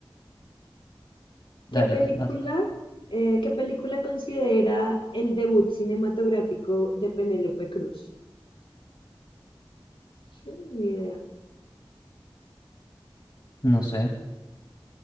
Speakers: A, on the left; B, on the left.
A: Dale,
B: ¿Qué película,
A: vas.
B: eh, qué película considera el debut cinematográfico de Penélope Cruz? Mm, Ni idea.
A: No sé.